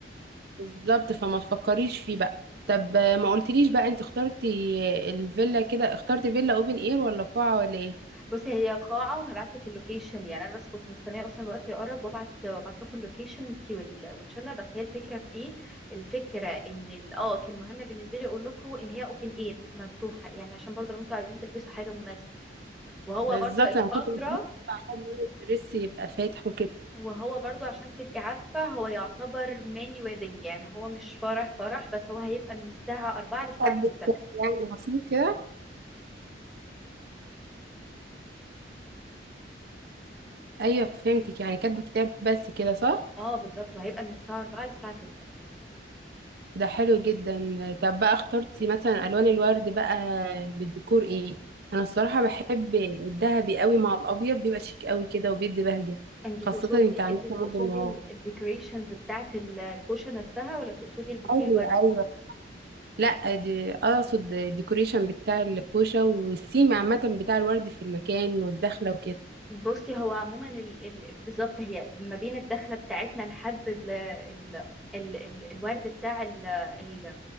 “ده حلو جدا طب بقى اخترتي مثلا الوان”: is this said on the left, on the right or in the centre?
Right